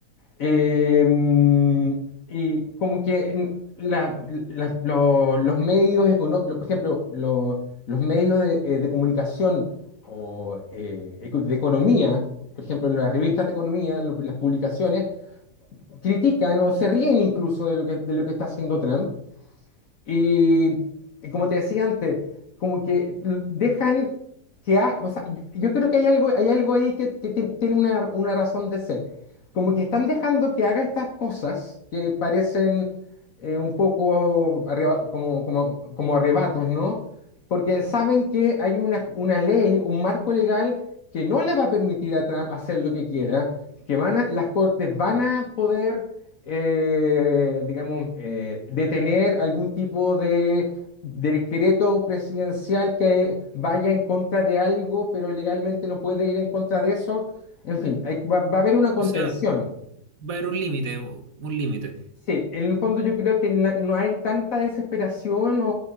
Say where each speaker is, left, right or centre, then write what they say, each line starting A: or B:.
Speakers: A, on the left (about 60°); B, on the right (about 60°).
A: eh, y como que mm, la- la- lo- los medios económicos, por ejemplo, lo- los medios de, eh, de comunicación o eh, eco- de economía, por ejemplo, las revistas de economía, lo- las publicaciones, critican o se ríen incluso de lo que, de lo que está haciendo Trump. Y, y como te decía antes, como que l- dejan que... ha- o sea, yo, yo creo que hay algo, hay algo ahí que, que ti- tiene una, una razón de ser. Como que están dejando que haga estas cosas que parecen eh, un poco arreba- como, como, como arrebatos, ¿no? Porque saben que hay una, una ley, un marco legal que no le va a permitir a Trump hacer lo que quiera, que van a- las cortes van a poder eh, digamos, eh, detener algún tipo de, decreto presidencial que vaya en contra de algo, pero legalmente no puede ir en contra de eso. En fin, hay- va, va a haber una contención.
B: O sea, va a haber un límite, un un límite.
A: Sí, en el fondo yo creo que na- no hay tanta desesperación o,